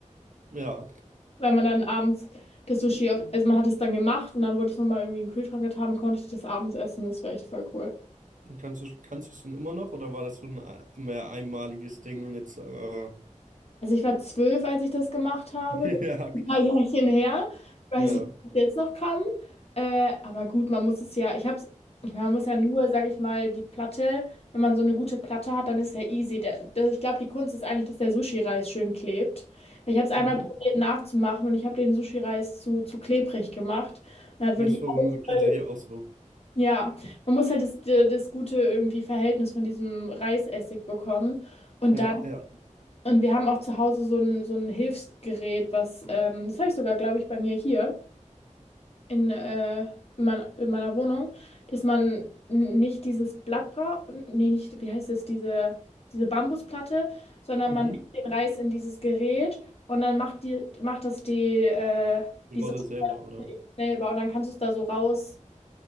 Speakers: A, on the right; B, on the left.
A: ja.
B: weil man dann abends das Sushi, auf, also man hat es dann gemacht und dann wurde es nochmal irgendwie in den Kühlschrank getan und konnte ich das abends essen. Das war echt voll cool.
A: Und kannst du, kannst du es denn immer noch oder war das so ein äh, mehr einmaliges Ding und jetzt, äh, <laughs>
B: Also ich war zwölf, als ich das gemacht habe.
A: ja,
B: Das ist
A: okay.
B: ein paar Jährchen her. Ich
A: ja,
B: weiß nicht, ob ich das jetzt noch kann. Äh, aber gut, man muss es ja, ich hab's, ich meine, man muss ja nur, sag ich mal, die Platte, wenn man so eine gute Platte hat, dann ist ja easy. Der, der, ich glaube, die Kunst ist eigentlich, dass der Sushi-Reis schön klebt. Weil Ich habe es einmal
A: mhm.
B: probiert nachzumachen und ich habe den Sushi-Reis zu, zu klebrig gemacht. Und hat
A: Jetzt
B: wirklich
A: vermögen
B: alles
A: tatsächlich
B: voll.
A: auch so.
B: Ja, man muss halt das, das gute irgendwie Verhältnis von diesem Reisessig bekommen. Und
A: Ja,
B: da
A: ja,
B: und wir haben auch zu Hause so ein, so ein Hilfsgerät, was, ähm, das habe ich sogar, glaube ich, bei mir hier in, äh, in, meiner, in meiner Wohnung, dass man n- nicht dieses Blatt braucht, nee, nicht, wie heißt es, diese, diese Bambusplatte, sondern
A: mhm.
B: man tut den Reis in dieses Gerät und dann macht die, macht das die, äh,
A: Die
B: diese
A: Rolle selber, oder?
B: Rolle selber und dann kannst du es da so raus.